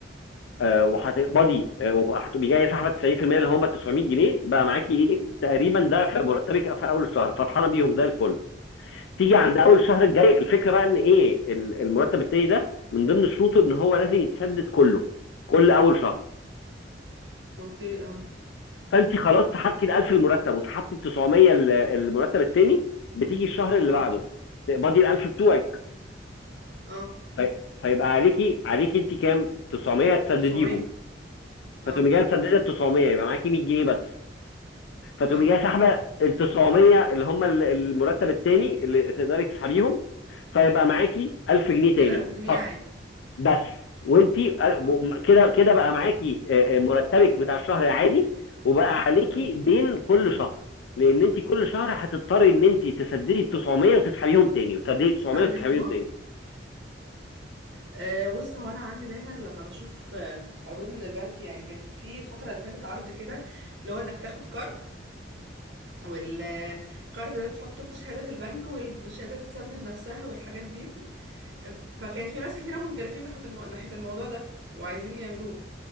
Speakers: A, on the left; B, on the right.
A: آه، وهتقبضي آه، وهتبقي جايه سحبه 90% اللي هم 900 جنيه بقى معاكي ايه تقريبا ده في مرتبك في اول الشهر فرحانه بيهم زي الفل تيجي عند <laughs> اول الشهر الجاي الفكره بقى ان ايه ال- المرتب التاني ده من ضمن شروطه ان هو لازم يتسدد كله كل اول شهر
B: اوكي اه
A: فانت خلاص سحبتي ال 1000 المرتب وسحبتي ال 900 ال- المرتب التاني بتيجي الشهر اللي
B: اه
A: بعده تقبضي ال 1000 بتوعك
B: اه
A: في- فيبقى عليكي عليكي انت كام 900 تسدديهم
B: 900 اه
A: فتقومي جايه مسدده ال 900 يبقى معاكي 100 جنيه بس. فتقومي
B: اه
A: جايه سحبه التسعمية اللي هم ال- المرتب التاني اللي تقدري تسحبيهم فيبقى معاكي 1000 جنيه تاني
B: الألف جنيه
A: فقط
B: عادي
A: بس وانتي
B: اه
A: كده كده بقى معاكي آه، آه، مرتبك بتاع الشهر العادي وبقى عليكي
B: أمم.
A: دين كل شهر لان انت كل شهر هتضطري ان انت تسددي 900 وتسحبيهم تاني وتسددي 900
B: صحابي
A: وتسحبيهم
B: غيرهم اه
A: تاني
B: أه بص هو انا عندي دايما لما بشوف آه، عروض من البنك يعني كان في الفتره اللي فاتت عرض كده اللي هو انك تاخد كارد والكارد ده تحطه شهاده في البنك والشهاده تسدد نفسها والحاجات دي فكان في ناس كتيره منجرفين ناحيه المو... ناحيه الموضوع ده وعايزين يعملوه